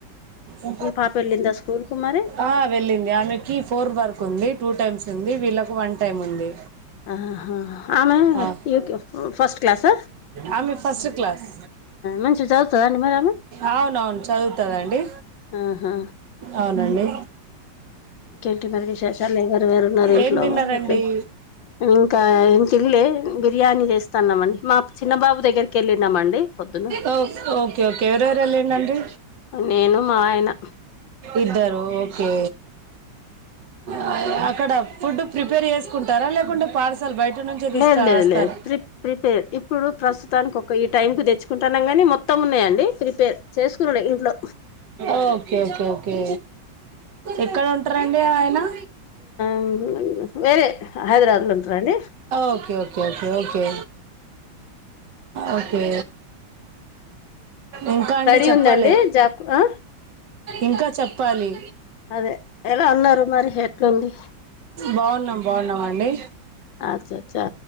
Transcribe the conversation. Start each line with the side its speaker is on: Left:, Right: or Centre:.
Right: ఊ
Left: మీ పాప వెళ్ళిందా స్కూల్ కు మరి
Right: ఆ వెళ్ళింది ఆమెకి ఫోర్ వర్క్ ఉంది టూ టైమ్స్ ఉంది వీళ్ళకు వన్ టైమ్ ఉంది.
Left: ఆహా ఆమె
Right: ఆ
Left: యూకే ఫస్ట్ క్లాసా
Right: ఆమె ఫస్ట్ క్లాస్.
Left: మంచిగ చదువుతదా అండి మరి ఆమె
Right: అవున్ అవున్ చదువుతదండి.
Left: ఆహా
Right: అవునండి
Left: ఇంకేంటి మరి విశేషాలు ఎవరెవరూ ఉన్నారు ఇంట్లో
Right: ఏం తిన్నారండి
Left: మరి నీతో. ఇంకా ఏం తిన్లే బిర్యానీ చేస్తాన్నాంమండి మా చిన్నబాబు దగ్గరికి వెళ్ళినమండి పొద్ద్ దున్నా
Right: ఓ- ఓకే ఓకే ఎవరెవరూ వెళ్ళిండ్ ఆండీ
Left: నేను మా ఆయన
Right: ఇద్దరు ఓక్ కే ఆ అక్కడా ఫుడ్డు ప్రిపేర్ చేసుకుంటారా లేకుంటే. పార్సల్ బయట నుంచే తీసుకా
Left: లేదు లేదు
Right: వస్తార.
Left: లేదు ప్రి ప్రిపేర్ ఇప్పుడు ప్రస్తుతానికి ఒక ఈ టైం కి తెచ్చుకుంటాన్నాం గాని మొత్తం ఉన్నాయండి ప్రిపేర్ చేసుకునుడే ఇంట్లో
Right: ఓ కే ఓకే ఓకే ఎక్కడ ఉంటారండి ఆయనా.
Left: ఊహు వేరే హైదరాబాద్ లో ఉంటారా అండి
Right: okay okay okay okay okay ఇంకా
Left: స్టడీ
Right: అండి చెప్పాలే
Left: ఉందండి జాబ్ ఆ
Right: ఇంకా చెప్పాలి
Left: అదే ఎలా ఉన్నారు మరి ఎట్లుంది
Right: బాగున్నాం బాగున్న్ న్నాం అండి
Left: అచ్చ అచ్చా